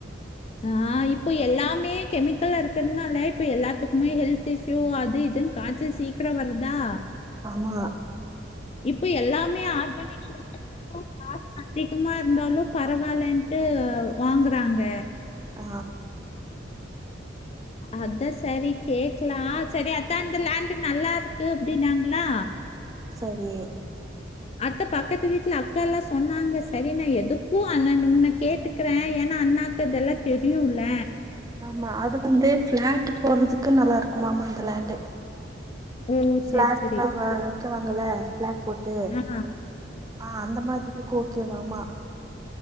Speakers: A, on the left; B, on the right.
A: அ இப்ப எல்லாமே கெமிக்கல்லா இருக்குகறனால இப்ப எல்லாத்துக்குமே ஹெல்த் இஸ் யூ அது இதுன் காய்ச்சல் சீக்கர வர்தா
B: ஆமா
A: இப்ப எல்லாமே ஆர்கானிக் காசு அதிகமாருந்தாலு பரவாலன்ட்டு வாங்கறாங்க
B: ஆ <inaudible>
A: அத்தா சரி கேக்கலா சரி அத்தா அந்த லேண்டு நல்லா இருக்கு அப்டினாங்களா
B: சரி
A: அத்தா பக்கத்து வீட்டுல அக்கா எல்லா சொன்னாங்க சரி நா எதுக்கும் அண்ணன் உன்ன கேட்டு க்கற ஏன்னா அண்ணாக்கு இதெல்லா தெரியுல்ல
B: ஆமா அது வந்து ஃப்ளட் போடுறதுக்கு நல்லா இருக்குமாம அந்த லேண்டு
A: ஓ!
B: ஃப்ளாட்லா
A: சரி, சரி.
B: அங்க விக்கவாங்கல ஃப்ளாட் போட்டு
A: ஆ,
B: ஆ அந்த மாதிரிக்கு ஓகேவாமா